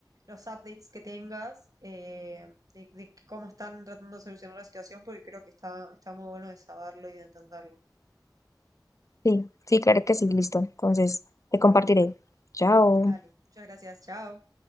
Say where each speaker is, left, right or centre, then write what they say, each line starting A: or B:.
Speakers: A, on the right; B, on the left.
A: los updates que tengas eh, de, de cómo están tratando de solucionar la situación, porque creo que está, está muy bueno de saberlo y de entenderlo.
B: Sí, sí, claro que sí, listo. Entonces, te compartiré. Chao.
A: Dale, muchas gracias, chao.